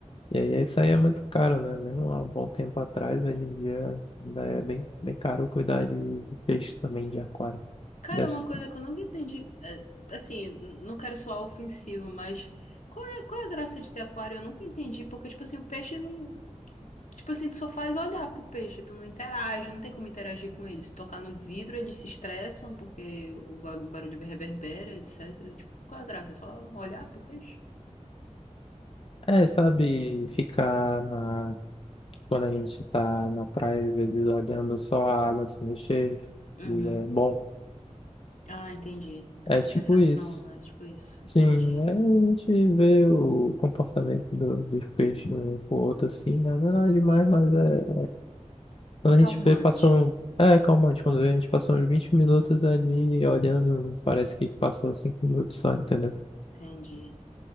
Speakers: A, on the left; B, on the left.
A: E aí isso aí é muito caro, né? Mesmo há um bom tempo atrás, hoje em dia ainda é bem, bem caro cuidar de, de peixe também de aquário.
B: Cara,
A: Deve,
B: uma
A: s-
B: coisa que eu nunca entendi, é, assim, n- não quero soar ofensivo, mas qual é, qual é a graça de ter aquário? Eu nunca entendi, porque, tipo assim, o peixe não. Tipo assim, tu só faz olhar pro peixe, tu não interage, não tem como interagir com eles. Tocar no vidro, eles se estressam porque o ba- barulho reverbera, etc. Tipo, qual é a graça? Só olhar pro peixe?
A: é, sabe, ficar na Quando a gente tá na praia, às vezes olhando só a água se mexer,
B: Uhum.
A: e é bom.
B: Ah, entendi.
A: É
B: A
A: tipo
B: sensação,
A: isso.
B: né? Tipo isso.
A: Sim,
B: Entendi.
A: é, a gente vê o comportamento do, dos peixes um pro outro assim, né? Não é nada demais, mas é. Quando a
B: Calmante.
A: gente vê, passou. um- É calmante, quando a gente passou uns 20 minutos ali olhando, parece que passou cinco minutos só, entendeu?
B: Entendi.